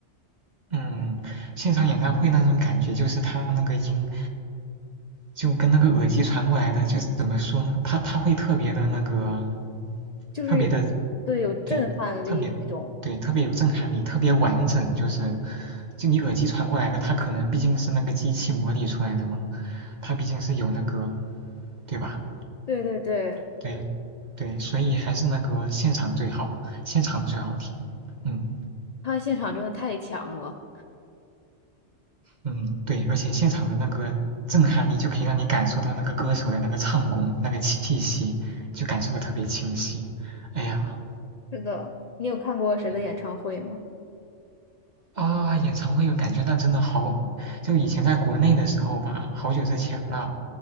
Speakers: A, on the right; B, on the left.
A: 嗯，现场演唱会那种感觉就是他那个音。就跟那个耳机传过来的，就怎么说呢？它它会特别的那个，
B: <laughs> 就是有，
A: 特别的
B: 对，有震撼力那种。
A: 对，特别对，特别有震撼力，特别完整。就是就你耳机传过来的，它可能毕竟是那个机器模拟出来的嘛，它毕竟是有那个，对吧？
B: 对对对，
A: 对对，所以还是那个现场最好，现场最好听。嗯。
B: 他现场真的太强了。
A: 嗯，对，而且现场的那个震撼力就可以让你感受到那个歌手的那个唱功、那个气息，就感受的特别清晰。哎呀，
B: 是的，你有看过谁的演唱会吗？
A: 嗯，啊，演唱会有感觉，但真的好，就以前在国内的时候吧，好久之前了，